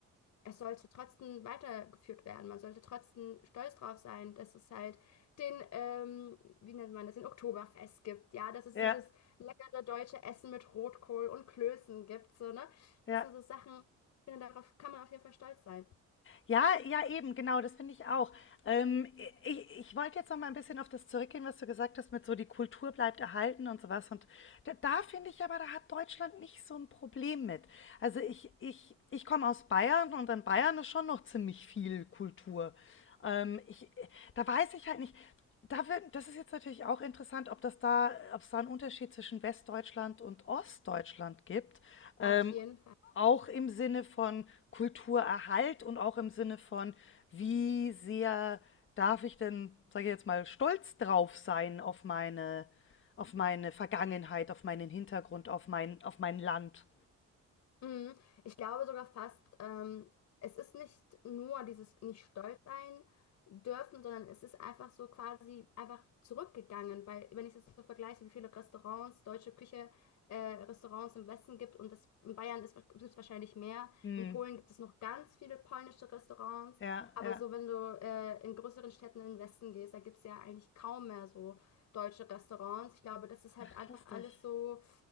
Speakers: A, on the left (about 65°); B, on the left (about 40°).
A: es sollte trotzdem weitergeführt werden. Man sollte trotzdem stolz drauf sein, dass es halt den, ähm, wie nennt man das, den Oktoberfest gibt. Ja, dass es
B: ja,
A: dieses leckere deutsche Essen mit Rotkohl und Klößen gibt. So, ne?
B: ja.
A: Das sind so Sachen, ich finde, darauf kann man auf jeden Fall stolz sein.
B: Ja, ja, eben, genau, das finde ich auch. Ähm, ich, ich wollte jetzt noch mal ein bisschen auf das zurückgehen, was du gesagt hast, mit so die Kultur bleibt erhalten und sowas. Und da, da finde ich aber, da hat Deutschland nicht so ein Problem mit. Also ich, ich, ich komme aus Bayern und in Bayern ist schon noch ziemlich viel Kultur. Ähm, ich, da weiß ich halt nicht. Da wird, das ist jetzt natürlich auch interessant, ob das da, ob es da einen Unterschied zwischen Westdeutschland und Ostdeutschland gibt. Ähm,
A: Auf jeden Fall.
B: auch im Sinne von Kulturerhalt und auch im Sinne von, wie sehr darf ich denn, sage ich jetzt mal, stolz drauf sein auf meine, auf meine Vergangenheit, auf meinen Hintergrund, auf mein, auf mein Land.
A: Mhm. Ich glaube sogar fast, ähm, es ist nicht nur dieses nicht stolz sein dürfen, sondern es ist einfach so quasi einfach zurückgegangen, weil wenn ich es jetzt so vergleiche, wie viele Restaurants, deutsche Küche, äh, Restaurants im Westen gibt und das in Bayern ist, gibt es wahrscheinlich mehr.
B: Hm.
A: In Polen gibt es noch ganz viele polnische Restaurants,
B: Ja,
A: aber
B: ja.
A: so wenn du äh, in größeren Städten in den Westen gehst, da gibt es ja eigentlich kaum mehr so deutsche Restaurants. Ich glaube, das ist halt
B: Ach,
A: einfach
B: lustig.
A: alles so